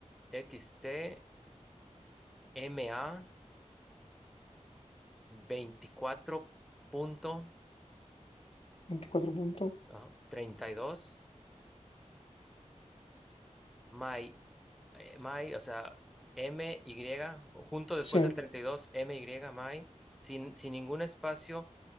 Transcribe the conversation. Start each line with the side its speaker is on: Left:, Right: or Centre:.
Centre: x t m a 24 punto,
Left: 24 puntos,
Centre: ajá, 32, my, eh, my, o sea, m y junto después
Left: sí,
Centre: del treinta y dos m y my, sin, sin ningún espacio,